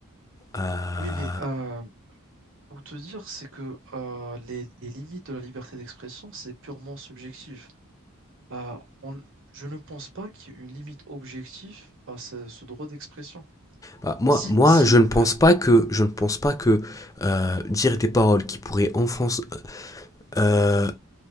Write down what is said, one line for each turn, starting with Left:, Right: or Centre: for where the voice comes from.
Left: euh,
Right: Oui, mais euh, pour te dire, c'est que euh, les, les limites de la liberté d'expression, c'est purement subjectif. Euh, on- je ne pense pas qu'il y ait une limite objective à ce, ce droit d'expression.
Left: bah, moi,
Right: Si,
Left: moi,
Right: si
Left: je ne pense
Right: le,
Left: pas que, je ne pense pas que euh, dire des paroles qui pourraient enfoncer, euh,